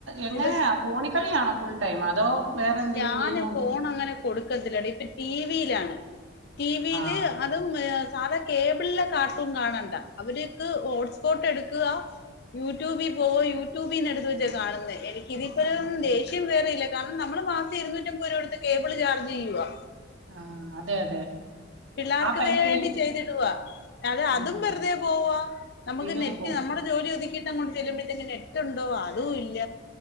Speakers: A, on the right (about 80°); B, on the left (about 55°).
A: എങ്ങനെയാ
B: ഇത്
A: ഫോണിൽ കളിയാണോ ഫുൾ ടൈം അതോ വേറെ എന്തേലും
B: ഞാന്
A: ഗെയിമൊ
B: ഫോൺ അങ്ങനെ കൊടുക്കത്തില്ല ഇപ്പോ ടി വി യിൽ ആണ് ടിവീല്
A: ആഹ്
B: തും സാധ കേബിളിലെ കാർട്ടുൺ കാണണ്ട അവർക്ക് ഹോട്ട്സ്പോട്ട് എടുക്കുക യൂട്യൂബി പോവ യൂട്യൂബീന്ന് എടുത്ത് വച്ചാ കാണുന്നേ എനിക്ക് ഇതിപ്പരം
A: ആഹ്
B: ദേഷ്യം വേറെ ഇല്ല കാരണം നമ്മള് മാസം ഇരുന്നൂറ്റമ്പത് രൂപ കൊടുത്ത് കേബിള് ചാർജ് ചെയ്യുവാ
A: ആഹ് അതെ അതെ
B: പിള്ളേർക്ക്
A: ആ പൈസയും
B: വേണ്ടി ചെയ്തിടുവാ അതെ അതും
A: ഉം
B: വെറുതെ പോവാ നമുക്ക്
A: ഇതും
B: നെറ്റ്
A: പോവും.
B: നമ്മുടെ ജോലി ഒതുക്കി ക്കിട്ട് അങ്ങോട്ട് ചെല്ലുമ്പോഴത്തേക്ക് നെറ്റൊണ്ടോ അതും ഇല്ല.